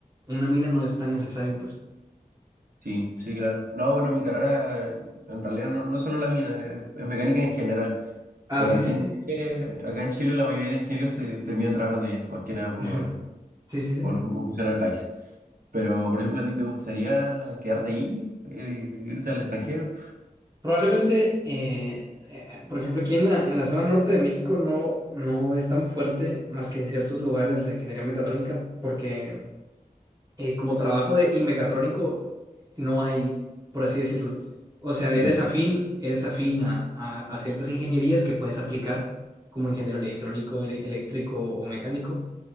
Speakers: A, on the right; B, on the right.
A: una mina no es tan necesario, pues.
B: sí, sí, claro. No, bueno, mi carrera eh, en realidad no, no es solo la mía, es, es mecánica en general,
A: Ah,
B: pero
A: sí,
B: aquí
A: sí,
B: en
A: sí.
B: Chile, acá en Chile la mayoría de ingenieros se terminan trabajando ya, más que nada por,
A: <laughs> Sí, sí, sí.
B: por cómo funciona el país. Pero, por ejemplo, ¿a ti te gustaría quedarte ahí, eh, irte al extranjero?
A: Probablemente, eh, eh, por ejemplo, aquí en la, en la zona norte de México no, no es tan fuerte más que en ciertos lugares la ingeniería mecatrónica, porque eh, como trabajo de y mecatrónico no hay, por así decirlo. O sea, eres
B: Sí.
A: afín, eres afín a, a- a ciertas ingenierías que puedes aplicar como ingeniero electrónico, ele- eléctrico o mecánico,